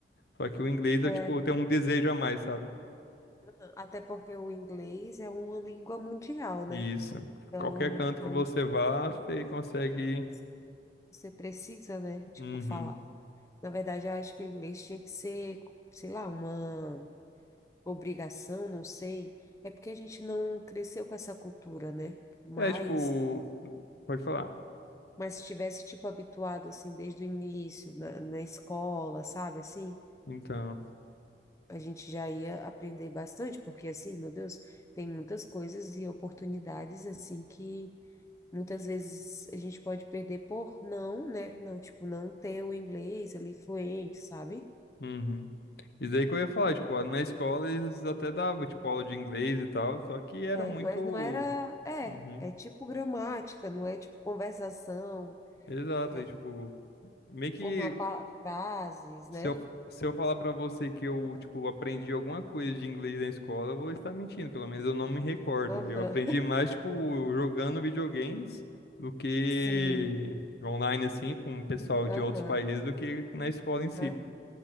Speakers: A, on the left; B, on the left.
A: Só que o inglês
B: é,
A: eu, tipo,
B: né?
A: tenho um desejo a mais, sabe?
B: Aham. Até porque o inglês é uma língua mundial, né?
A: Isso.
B: Então,
A: Qualquer canto que
B: aonde,
A: você vá, você consegue.
B: aonde você, você precisa, né? Tipo,
A: Uhum.
B: falar. Na verdade, eu acho que o inglês tinha que ser, sei lá, uma. obrigação, não sei, é porque a gente não cresceu com essa cultura, né? Mas,
A: É, tipo, pode falar.
B: mas se tivesse, tipo, habituado, assim, desde o início, na, na escola, sabe, assim,
A: Então.
B: a gente já ia aprender bastante, porque, assim, meu Deus, tem muitas coisas e oportunidades, assim, que muitas vezes a gente pode perder por não, né? Não, tipo, não ter o inglês ali fluente, sabe?
A: uhum. Isso daí que eu ia falar, tipo, na escola eles até davam, tipo, aula de inglês e tal, só que era
B: É,
A: muito.
B: mas não era, é,
A: Uhum.
B: é tipo gramática, não é tipo conversação,
A: Exato,
B: é,
A: aí, tipo, meio que
B: formar pa- frases,
A: se
B: né?
A: eu, se eu falar pra você que eu, tipo, aprendi alguma coisa de inglês na escola, eu vou estar mentindo, pelo menos eu não me recordo.
B: Aham.
A: Eu aprendi mais, tipo, jogando videogames do que
B: Sim,
A: online, assim, com o pessoal de
B: aham,
A: outros países, do que na escola em si.
B: aham.